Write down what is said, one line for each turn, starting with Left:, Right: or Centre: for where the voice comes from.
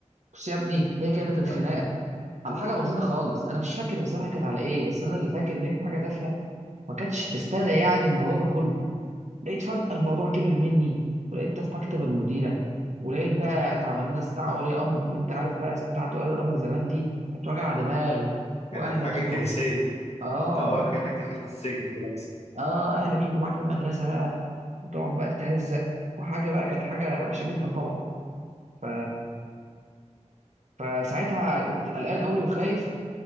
Right: بص يا ابني هي كانت
Left: ده
Right: الخناقه على حاجه بسيطه خالص انا مش فاكر بصراحه كانت على ايه بس انا اللي فاكر ان هي كانت حاجه تافهه ما كانتش تستدعي يعني الموضوع ده كله لقيت فجاه الموضوع كبر مني ولقيت ده في مكتب المديره ولقيت بقى اتعمل لنا استدعاء ولي امر وانت عارف بقى استدعاء ولي الامر زمان دي كانت وجع دماغ واهلك
Left: كانت حاجه
Right: يجوا
Left: كارثيه
Right: معاك
Left: ده
Right: اه
Left: انت اه
Right: وأهل-
Left: كانك دخلت السجن كده مثلا
Right: اه اهلك يجوا معاك المدرسه بقى وتقعد بقى تتهزق وحاجه بقى كانت حاجه وحشه جدا طبعا ف... فساعتها كنت قلقان قوي وخايف